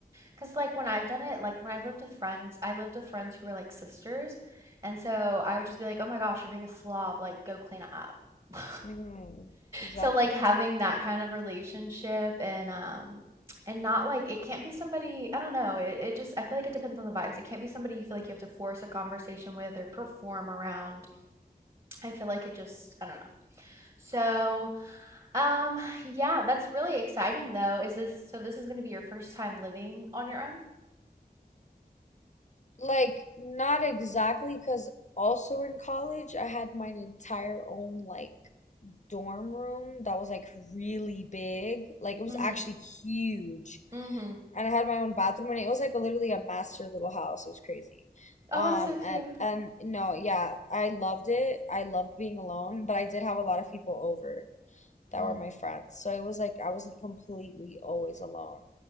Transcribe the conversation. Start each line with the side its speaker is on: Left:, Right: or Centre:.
Right: because like when i've done it like when i've lived with friends i lived with friends who were like sisters and so i would just be like oh my gosh you're being a slob like go clean up <laughs>
Left: Mhm. Exactly.
Right: so like having that kind of relationship and um and not like it can't be somebody i don't know it, it just i feel like it depends on the vibes it can't be somebody you feel like you have to force a conversation with or perform around i feel like it just i don't know so um, yeah, that's really exciting though. Is this so this is gonna be your first time living on your own?
Left: Like not exactly because also in college I had my entire own like dorm room that was like really big. Like it was
Right: Mhm.
Left: actually huge.
Right: Mhm.
Left: and I had my own bathroom and it was like a, literally a master little house. It was crazy.
Right: Oh,
Left: Um
Right: that's so cute.
Left: and and no, yeah, I loved it. I loved being alone, but I did have a lot of people over that
Right: Mhm.
Left: were my friends. So it was like I wasn't completely always alone.